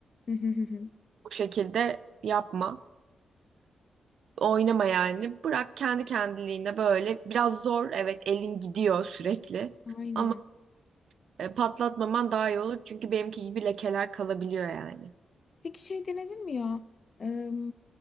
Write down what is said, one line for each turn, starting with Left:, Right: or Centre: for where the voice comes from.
Left: <laughs>
Right: bu şekilde yapma. Oynama yani. Bırak kendi kendiliğine böyle. Biraz zor evet elin gidiyor sürekli.
Left: Aynen.
Right: Ama e, patlatmaman daha iyi olur çünkü benimki gibi lekeler kalabiliyor yani.
Left: Peki şey denedin mi ya? Eee,